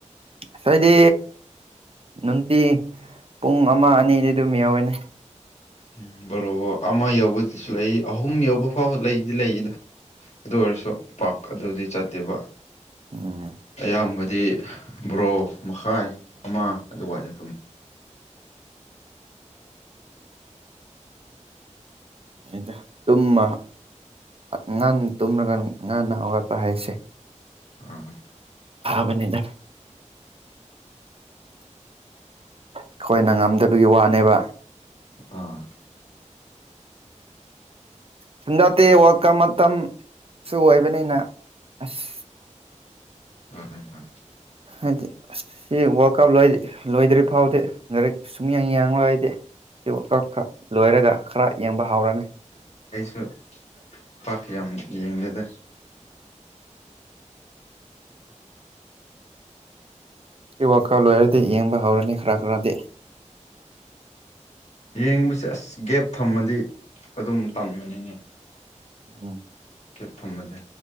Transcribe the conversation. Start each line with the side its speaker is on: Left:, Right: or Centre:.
Right: ꯁꯣꯏꯗꯤ ꯅꯨꯇ ꯄꯨꯡ ꯑꯃ ꯑꯅꯤꯗꯤꯩ ꯑꯗꯨꯝ ꯌꯥ ꯌꯥꯎꯏꯅꯦ
Left: ꯎꯝ ꯕꯔꯣꯕ ꯑꯃ ꯌꯧꯕꯗꯨꯁꯨ ꯂꯩ ꯑꯍꯨꯝ ꯌꯧꯕ ꯐꯥꯎ ꯂꯩꯗꯤ ꯂꯩꯗ ꯑꯗꯨ ꯑꯣꯏꯔꯁꯨ ꯄꯥꯛ ꯑꯗꯨꯗꯤ ꯆꯠꯇꯦꯕ
Right: ꯎꯝ
Left: ꯑꯌꯥꯝꯕ ꯗꯤ ꯕꯣꯔꯣ ꯃꯈꯥꯏ ꯑꯃ ꯑꯗꯨꯥꯏꯅ ꯇꯨꯝꯃꯤ
Right: ꯗ ꯇꯃ ꯉꯅ ꯇꯨꯝꯂꯒ ꯉꯅ ꯍꯧꯋꯥꯠꯄ ꯍꯥꯏꯁꯦ
Left: ꯑꯥ
Right: ꯊꯥꯕꯅꯤꯗ ꯑꯩꯈꯣꯏꯅ ꯉꯝꯗꯕꯒꯤ ꯋꯥꯅꯦꯕ
Left: ꯑꯥ
Right: ꯁꯨꯡꯖꯠꯇꯦ ꯋꯥꯀ ꯃꯇꯝꯁꯨ ꯑꯣꯏꯕꯅꯤꯅ ꯑꯁ
Left: ꯍ ꯍ ꯍ
Right: ꯍꯥꯏꯗꯤ ꯋꯥ ꯀꯞ ꯂꯣꯏ ꯂꯣꯏꯗ꯭ꯔꯤ ꯐꯥꯎꯗꯦ ꯂꯥꯏꯔꯤꯛ ꯁꯨꯝꯌꯥꯡ ꯌꯥꯡ ꯂꯣꯏ ꯍꯥꯏꯗꯤꯦ ꯀꯛꯛ ꯂꯣꯏꯔꯒ ꯈꯔ ꯌꯦꯡꯕ ꯍꯧꯥꯎꯔꯅꯤ
Left: ꯁꯨ ꯄꯥꯛꯀꯤ ꯌꯥꯝ ꯌꯦꯡꯗꯦꯗ
Right: ꯁꯤ ꯋꯥꯀ ꯂꯣꯏꯔꯗꯤ ꯌꯦꯡꯕ ꯍꯧꯔꯅꯤ ꯈꯔ ꯈꯔꯗꯤ
Left: ꯌꯦꯡꯕꯁꯦ ꯑꯁ ꯒꯦꯞ ꯊꯝꯃꯗꯤ ꯑꯗꯨꯝ ꯇꯝꯕꯅꯤꯅꯦ
Right: ꯎ
Left: ꯀꯦꯞ ꯊꯝꯃꯁꯦ